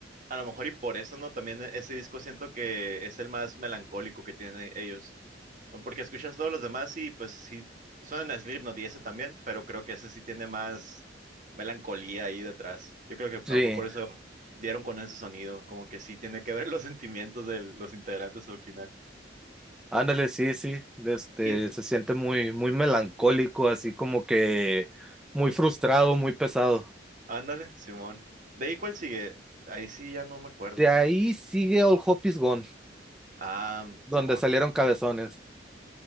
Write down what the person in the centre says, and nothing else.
Sí,
Ándale, sí, sí, este,
se siente muy, muy melancólico, así como que muy frustrado, muy pesado.
De ahí sigue All Hope Is Gone,
donde
salieron cabezones